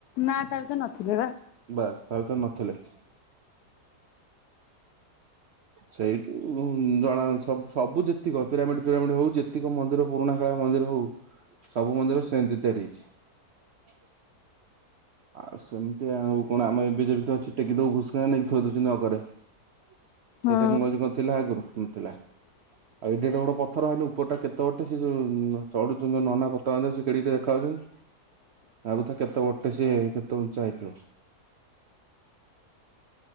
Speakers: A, on the left (about 75°); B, on the right (about 65°).
A: ନା, ତା ଭିତରେ ନଥିଲେ ବା।
B: ବାସ୍। ତା ଭିତରେ ନଥିଲେ। ସେଇଠୁ ଜଣା। ସବୁ ସବୁ ଯେତିକ ପିରାମିଡ ଫିରାମିଡ ହଉ, ଯେତିକ ମନ୍ଦିର ପୁରୁଣା କାଳିଆ ମନ୍ଦିର ହଉ।
A: <inaudible>
B: ସବୁ ମନ୍ଦିର ସେମିତି ତିଆରି ହେଇଛି। ଆଉ ସେମିତି। ଆଉ କଣ, ଆମେ ଏବେ ଯେମିତି ଅଛନ୍ତି, ଟେକି ଦୋବୁ, ଘୁସ୍ ନେଇକି ଥୋଇ ଦୋଉଛନ୍ତି। ଅଗରେ ସେଇଟା
A: ହଁ।
B: କଣ <unintelligible> ନ ଥିଲା
A: <inaudible>
B: ଆଉ ଏଡ଼େ ଏଡ଼େ ବଡ଼ ପଥର ହେଲୁ। ଉପରଟା କେତେ ବଡ଼ଟେ। ସିଏ ଯୋଉ ଚଢୁଛନ୍ତି ନନା। ବର୍ତ୍ତମାନ ସେଏ କେଡିକି ଟିକିଏ ଦେଖାଯାଉଛନ୍ତି
A: <inaudible>
B: ଭାବୁଥା କେତେ ଗଟେ ସିଏ କେତେ ଉଞ୍ଚା ହେଇଥିବ।